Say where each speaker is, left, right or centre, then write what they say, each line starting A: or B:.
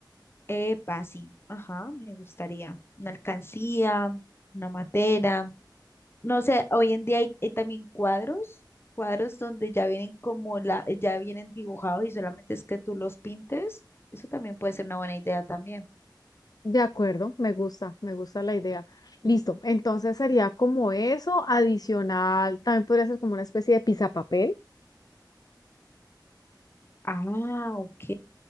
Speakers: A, on the left (about 30°); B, on the left (about 55°).
A: Epa, sí, ajá, me gustaría. Una alcancía, una matera. No sé, hoy en día hay, hay también cuadros, cuadros donde ya vienen como la, ya vienen dibujados y solamente es que tú los pintes. Eso también puede ser una buena idea también.
B: De acuerdo, me gusta, me gusta la idea. Listo, entonces sería como eso, adicional, también podría ser como una especie de papel
A: Ah, ok.